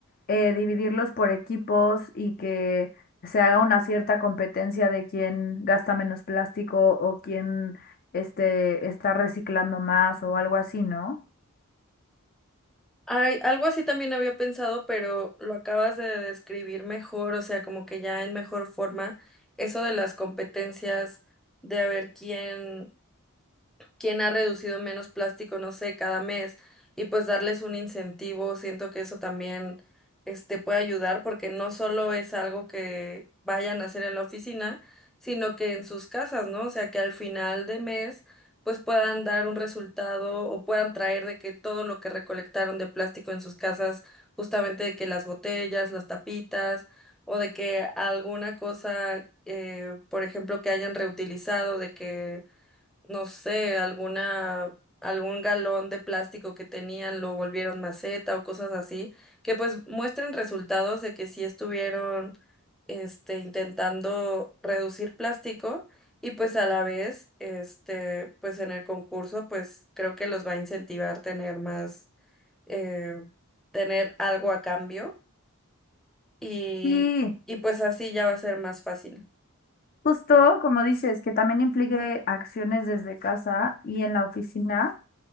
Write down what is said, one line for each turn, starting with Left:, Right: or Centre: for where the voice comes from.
Left: eh, dividirlos por equipos y que se haga una cierta competencia de quién gasta menos plástico o quién este, está reciclando más o algo así, ¿no?
Centre: Ay, algo así también había pensado, pero lo acabas de describir mejor, o sea, como que ya en mejor forma, eso de las competencias, de a ver quién. quién ha reducido menos plástico, no sé, cada mes, y pues darles un incentivo, siento que eso también este puede ayudar porque no solo es algo que vayan a hacer en la oficina, sino que en sus casas, ¿no? O sea, que al final de mes pues puedan dar un resultado o puedan traer de que todo lo que recolectaron de plástico en sus casas, justamente de que las botellas, las tapitas o de que alguna cosa, eh, por ejemplo, que hayan reutilizado, de que no sé, alguna, algún galón de plástico que tenían lo volvieron maceta o cosas así, que pues muestren resultados de que sí estuvieron, este, intentando reducir plástico y pues a la vez, este, pues en el concurso, pues creo que los va a incentivar tener más, eh, tener algo a cambio y,
Left: Sí,
Centre: y pues así ya va a ser más fácil.
Left: justo como dices, que también implique acciones desde casa y en la oficina